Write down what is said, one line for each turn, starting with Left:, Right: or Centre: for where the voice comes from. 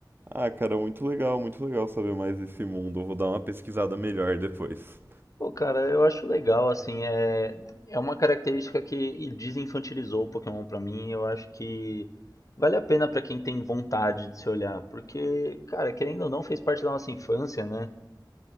Right: Ah, cara, muito legal, muito legal saber mais desse mundo. Eu vou dar uma pesquisada melhor depois.
Left: Pô, cara, eu acho legal, assim, é, é uma característica que desinfantilizou o Pokémon pra mim, eu acho que vale a pena pra quem tem vontade de se olhar, porque, cara, querendo ou não, fez parte da nossa infância, né?